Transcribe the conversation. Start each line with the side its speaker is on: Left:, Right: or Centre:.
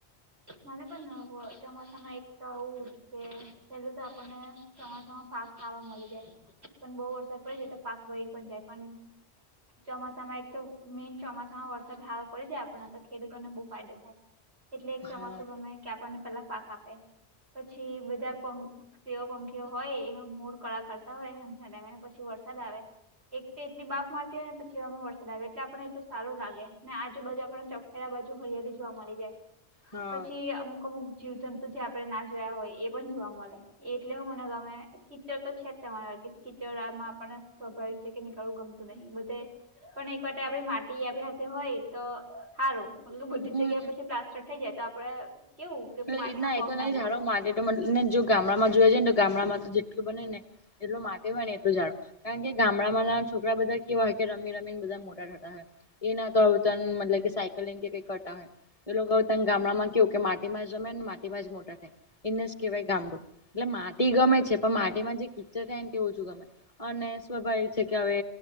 Right: મને પણ ન હોય, ચોમાસા માં એક તો આવું જ કે પેલું તો આપણને ચમાસામાં પાક ખાવા મળી જાય, પણ બહુ વરસાદ પડી જ તો પાક વહી પણ જાય, પણ ચોમાસામાં એકતો, મેન ચોમાસા માં વરસાદ હાવ પડી જાય આપણા તો ખેડતો ને બઉ ફાયદો થાય. એટલે એક ચોમાસું
Left: હા
Right: ગમે, કે આપણને પેલા પાક આપે, પછી બધા કોમ એવા પંખીઓ હોય, એવા મોર કળા કરતા હોય, હજને <unintelligible> પછી વરસાદ આવે એક એટલી બાફ મારતી હોય, પછી એવામાં વરસાદ આવે, એટલે આપને એટલુ સારું લાગે ને આજુબજુ આપને ચપ અયા બાજુ હરિયાળી જોવા મલી જાય.
Left: હા
Right: પછી અમુક અમુક જીવ જંતુ જે આપડે ના જોયા હોય, એ પણ જોવા મળે, એટલે હો મને ગમે. કીચડ તો છેજ તમારા, કે કીચડ આમાં આપને સ્વાભાવિક છે કે નીકળવુ ગમતું નહિ બધે. પણ એક વાતો આપડી માટી આપણી હાથે હોય તો હારું. મતલબ બધી
Left: હમ
Right: જ જગ્યા પછી પ્લાસ્ટર થઈ જાય, તો આપડે કેવું કે
Left: એટલે
Right: માટીમાં પગ
Left: એ તો નહી
Right: ના બોળાય.
Left: ઝાડો માટે તો મલ ને જો ગામડામાં જોય જાયને, તો ગામડામાં તો જેટલું બનેને એટલુ માટે હોય ને એટલું આવે. કારણ કે ગામડામાંના છોકરા બધા કેવા હોય, કે રમી રમીને બધા મોટા થતા હોય. એ ના તો હવે તન મતલબ કે સાયકલિંગ કે કઈ કરતા હોય, એ લોકો તન ગામડામાં કેવુ કે માટ એમાંજ રમે ને માટીમાંજ મોટા થાય. એનેસ કહેવાય ગામડું, એટલે માટી ગમે છે, પણ માટીમાં જે કિચડ થાય ને તે ઓછું ગમે. અને સ્વાભાવિક છે, કે હવે